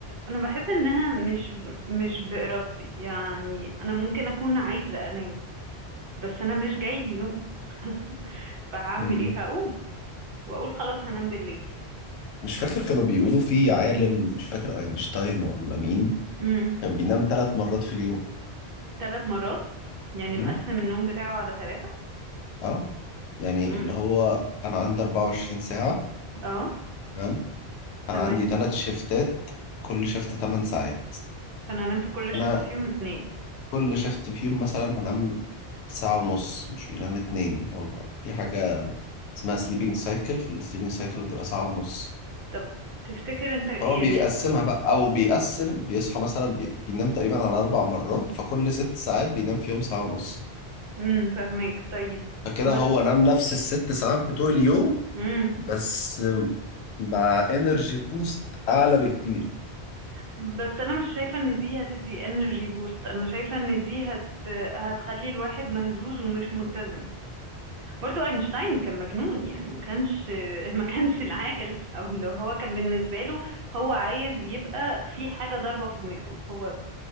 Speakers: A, on the right; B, on the left.
A: انا بحس انها مش مش بارادتي يعني انا ممكن اكون عايزة انام بس انا مش جايلي نوم <laughs> فهعمل
B: مم.
A: ايه هقوم واقول خلاص هنام بالليل
B: مش فاكر كانوا بيقولوا في عالم مش فاكر أينشتاين ولا مين
A: امم
B: كان بينام ثلاث مرات في اليوم
A: ثلاث مرات يعني
B: مم؟
A: مقسم النوم بتاعه على ثلاثة
B: اه يعني
A: امم
B: اللي هو أنا عندي 24 ساعة
A: اه
B: تمام، انا
A: تمام
B: عندي ثلاث شيفتات كل شيفت 8 ساعات
A: فانا انام في كل
B: انا
A: شفت فيهم اتنين
B: كل شيفت فيهم مثلا هنام ساعة ونص مش بينام اتنين هو في حاجة اسمها سليبنج سايكل في السليبنج سايكل بتبقى ساعة ونص
A: طب تفتكر انت يعني
B: هو بيقسمها بقى او بيقسم بيصحى مثلا بي... بينام تقريبا على اربع مرات فكل ست ساعات بينام فيهم ساعة ونص
A: امم فاهمك طيب
B: فكده
A: بس
B: هو نام نفس الست ساعات بتوع اليوم
A: امم
B: بس مع انرجي بوست اعلى بكتير
A: بس انا مش شايفه ان دي هتدي انرجي بوست انا شايفه ان دي هت هتخلي الواحد مهزوز ومش متزن برضو اينشتاين كان مجنون يعني ما كانش <laughs> ما كانش العاقل او اللي هو كان بالنسبه له هو عايز يبقى في حاجه ضاربه في دماغه هو